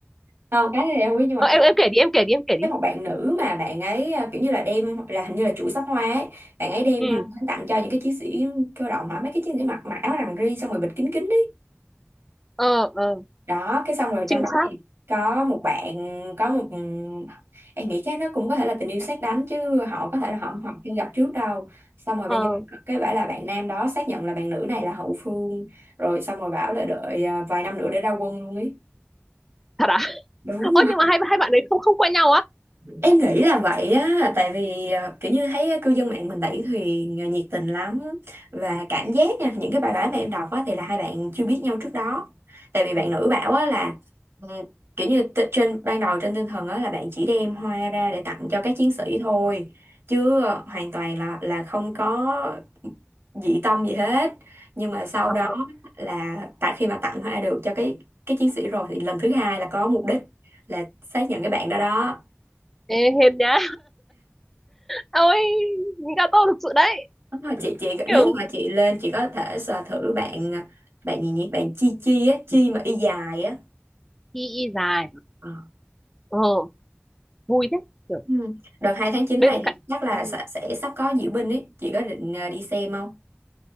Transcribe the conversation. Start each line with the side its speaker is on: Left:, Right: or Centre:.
Right: Ờ, cái này
Centre: <laughs>
Right: không biết nhưng mà
Centre: ờ, em em kể đi em kể đi em kể đi
Right: cái một bạn nữ mà bạn ấy à, kiểu như là đem là hình như là chủ sắc hoa ấy bạn ấy đem
Centre: ừ
Right: hoa đến tặng cho những cái chiến sĩ cơ động hả mấy cái chiến sĩ mặc mặc áo rằn ri xong rồi bịt kín kín đấy
Centre: ờ ờ
Right: đó cái xong rồi
Centre: trinh
Right: trong đó
Centre: sát
Right: thì có một bạn có một ừ, em nghĩ chắc nó cũng có thể là tình yêu sét đánh chứ họ có thể là họ họ chưa gặp trước đâu xong rồi
Centre: ờ
Right: bây giờ cái bảo là bạn nam đó xác nhận là bạn nữ này là hậu phương rồi xong rồi bảo là đợi à, vài năm nữa để ra quân luôn ấy
Centre: thật à?
Right: đúng
Centre: Ôi nhưng mà hai hai bạn đấy không không quen nhau á.
Right: Em nghĩ là vậy á, tại vì ờ, kiểu như thấy cư dân mạng mình đẩy thuyền ờ, nhiệt tình lắm và cảm giác nha, những cái bài báo mà em đọc á thì là hai bạn chưa biết nhau trước đó. Tại vì bạn
Centre: Ừ.
Right: nữ bảo á là ừ, kiểu như t- trên ban đầu trên tinh thần á là bạn chỉ đem hoa ra để tặng cho các chiến sĩ thôi, chứ ờ, hoàn toàn là là không có dị tâm gì hết. Nhưng mà sau
Centre: Ờ.
Right: đó là tại khi mà tặng hoa được cho cái cái chiến sĩ rồi thì lần thứ hai là có mục đích là xác nhận cái bạn đó đó
Centre: Ê hên nhá. Ôi Gato thực sự đấy.
Right: Đúng rồi, chị chị nếu
Centre: Kiểu
Right: như mà chị lên chị có thể sờ thử bạn bạn gì nhỉ bạn chi chi á chi mà y dài á
Centre: y y dài.
Right: Ờ.
Centre: Ờ vui thế. Kiểu
Right: ừ. đợt 2 tháng 9
Centre: bên
Right: này thì
Centre: cạnh
Right: chắc là
Centre: ừ.
Right: sẽ, sẽ sắp có diễu binh ấy chị có định ờ, đi xem không